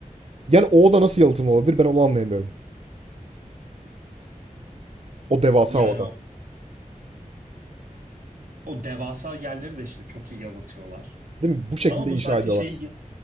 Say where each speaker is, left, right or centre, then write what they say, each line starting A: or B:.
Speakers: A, on the right; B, on the right.
A: Yani o oda nasıl yalıtımlı olabilir ben onu anlayamıyorum. O devasa
B: Yani
A: oda.
B: o, o devasa yerleri de işte çok iyi yalıtıyorlar.
A: Değil mi? Bu şekilde
B: Ama bu
A: inşa
B: sadece
A: ediyorlar.
B: şey gibi.